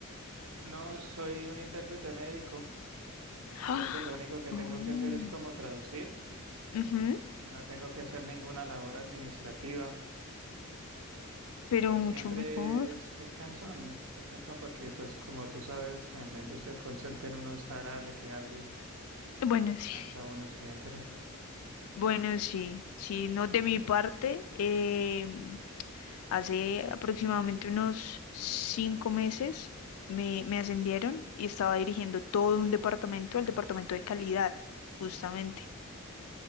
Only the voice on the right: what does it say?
No soy un intérprete médico, entonces
lo único que
tengo que hacer es como traducir.
No tengo que hacer ninguna labor administrativa.
Pero
siempre
es, es cansón, es cansón porque pues como tú sabes, en la industria del call center uno está hable que hable,
se
cansa uno siempre.